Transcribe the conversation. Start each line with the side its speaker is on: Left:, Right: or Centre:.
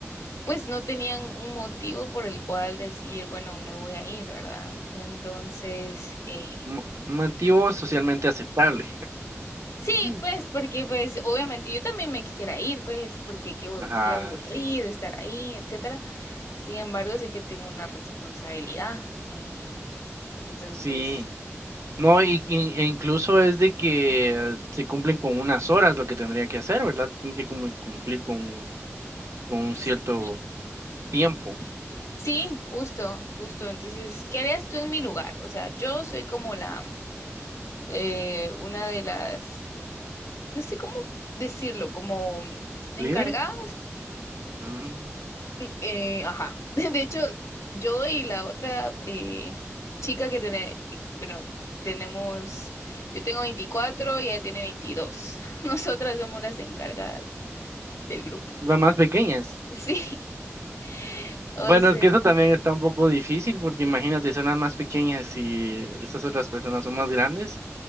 Left: pues no tenían un motivo por el cual decir, bueno, me voy a ir, ¿verdad? Entonces, eh,
Right: mo- motivo socialmente aceptable.
Left: Sí,
Right: Mm.
Left: pues, porque pues obviamente yo también me quisiera ir, pues, porque qué, hue-
Right: Ajá,
Left: qué aburrido
Right: sí.
Left: estar ahí, etcétera. Sin embargo, sé que tengo una responsabilidad. eh, entonces,
Right: Sí. No, y, y- e incluso es de que eh, se cumplen con unas horas lo que tendrían que hacer, ¿verdad? Tienen que cum- cumplir con, con un
Left: sí.
Right: cierto tiempo.
Left: Sí, justo, justo. Entonces, ¿qué harías tú en mi lugar? O sea, yo soy como la, eh, una de las, no sé cómo decirlo, como encargadas
Right: ¿Líderes? Mm,
Left: Eh, ajá. <laughs> De hecho, yo y la otra eh, chica que tiene, bueno, tenemos, yo tengo 24 y ella tiene veintidós <laughs> Nosotras somos las encargadas del grupo.
Right: Las más pequeñas.
Left: Sí, <laughs> o
Right: Bueno,
Left: sea,
Right: es que eso también está un poco difícil porque imagínate, son las más pequeñas y estas otras personas son más grandes.